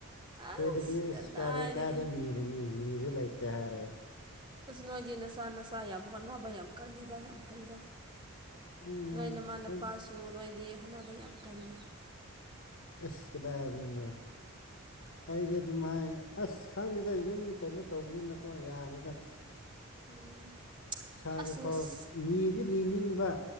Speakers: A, on the right (about 20°); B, on the left (about 65°).
A: ꯑꯁ
B: ꯍꯣꯏꯗꯗꯤ
A: ꯀꯗꯥꯏꯗꯒꯤ
B: ꯏꯁꯁ ꯀꯥꯗ ꯀꯥꯗ ꯅꯤꯔꯅꯤ ꯅꯤꯁꯨ ꯂꯩꯇꯦ ꯍꯥꯏꯔꯦ
A: ꯑꯁ ꯅꯣꯏꯗꯤ ꯅꯁꯥ ꯅꯁꯥ ꯌꯥꯝ ꯍꯣꯠꯅꯕ ꯌꯥꯝ ꯀꯜꯂꯤꯗ ꯌꯥꯝ ꯐꯩꯗ
B: ꯎꯝ
A: ꯅꯣꯏ ꯅꯃꯥꯟ ꯅꯄꯥꯁꯨ
B: ꯍꯧꯖꯤꯛ
A: ꯅꯣꯏꯗꯤ ꯍꯣꯠꯅꯕ ꯌꯥꯝ ꯀꯥꯟꯗ
B: ꯑꯁꯤ ꯀꯗꯥꯥꯏ ꯑꯗꯨꯅ ꯑꯩꯗꯤ ꯑꯗꯨꯃꯥꯏ ꯑꯁ ꯈꯪꯗꯦꯗ ꯌꯨꯝ ꯀꯩꯅꯣ ꯇꯧꯕꯅꯤꯅꯀꯣ ꯌꯥꯔꯦꯗ
A: ꯎꯝ
B: ꯏꯁꯥꯗ
A: ꯑꯁ
B: ꯐꯥꯎ
A: ꯉꯁ
B: ꯅꯤꯗꯤ ꯅꯤ ꯅꯤꯡꯕ